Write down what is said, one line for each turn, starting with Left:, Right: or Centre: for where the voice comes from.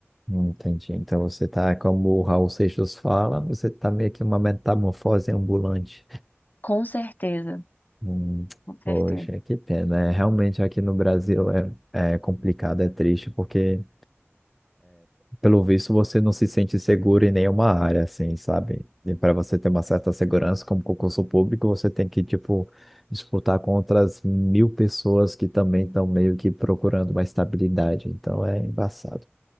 Centre: Hum, Entendi. Então você tá, como o Raul Seixas fala, você tá meio que uma metamorfose ambulante.
Left: Com certeza,
Centre: Hum,
Left: com certeza.
Centre: poxa, que pena. É, realmente aqui no Brasil é, é complicado, é triste, porque pelo visto você não se sente seguro em nenhuma área, assim, sabe? E para você ter uma certa segurança como concurso público, você tem que, tipo, disputar com outras mil pessoas que também estão meio que procurando uma estabilidade. Então é embaçado.